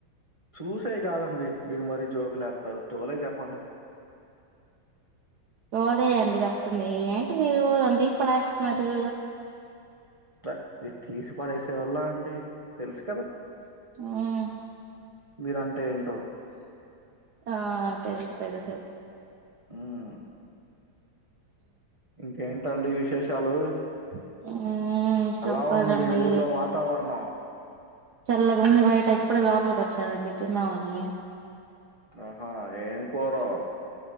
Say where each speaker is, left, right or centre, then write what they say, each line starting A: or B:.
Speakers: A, on the right (about 35°); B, on the right (about 60°).
A: చూసేయి గాదండి మీరు మరీ జోకులేత్తరు తోలేవిజ్జేప్పండి.
B: ఓలే అండి జెప్తుంది ఏంటి మీరు నన్ తీస్పడేస్తున్నారు
A: ప మీర్ తీస్పడేసేవాళ్ళ అండి తెలుస్
B: ఊమ్
A: మీరంటే ఏంటో.
B: ఆ తెలుసు తెలుసు
A: ఊమ్ ఇంకేంటండి విశేషాలు
B: మ్మ్ చెప్పాలండి
A: అలా ఉంది మీ ఊర్లో వాతావరణం
B: చల్లగా ఉంది బయట ఇప్పుడే లోపలికి వచ్చానండి తిందామని
A: ఆహా ఏంకురో